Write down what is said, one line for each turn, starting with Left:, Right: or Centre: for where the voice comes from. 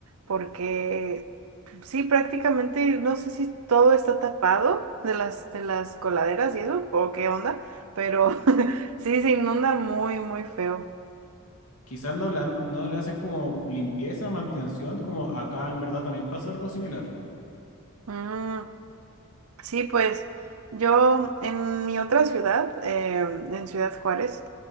Right: porque sí, prácticamente no sé si todo está tapado de las, de las coladeras y eso, o qué onda, pero <laughs> sí, se inunda muy, muy feo.
Left: Quizás no le, han- no le hacen como limpieza, mantención, como acá en verdad también pasa algo similar.
Right: Mm, sí, pues yo en mi otra ciudad, em, en Ciudad Juárez,